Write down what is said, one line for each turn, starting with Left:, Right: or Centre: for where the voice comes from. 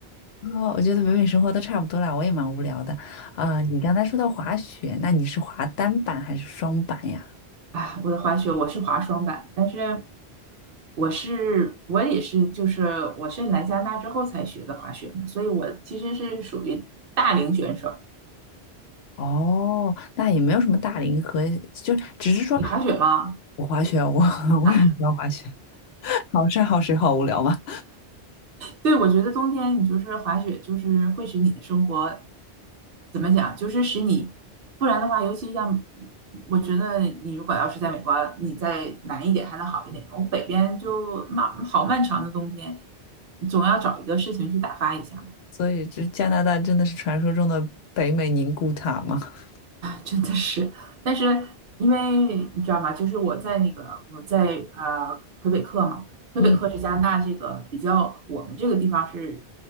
Left: 哦，我觉得北美生活都差不多啦，我也蛮无聊的。啊、你刚才说到滑雪，那你是滑单板还是双板呀？
Right: <laughs> 啊，我的滑雪我是滑双板，但是我是我也是就是我是来加拿大之后才学的滑雪嘛，所以我其实是属于大龄选手。
Left: 哦，那也没有什么大龄和，就是只是说
Right: 你滑雪吗？
Left: 我滑雪，我 <laughs> 我也很喜欢滑雪，
Right: 啊
Left: 好山好水好无聊嘛。
Right: 对，我觉得冬天你就是滑雪，就是会使你的生活怎么讲，就是使你，不然的话，尤其像我觉得你如果要是在美国，你在南一点还能好一点，我北边就那好漫长的冬天，总要找一个事情去打发一下。
Left: 所以这加拿大真的是传说中的北美宁古塔吗？<laughs>
Right: 真的是，但是因为你知道吗？就是我在那个我在呃魁北克嘛，魁北克是加拿大这个比较我们这个地方是
Left: 嗯，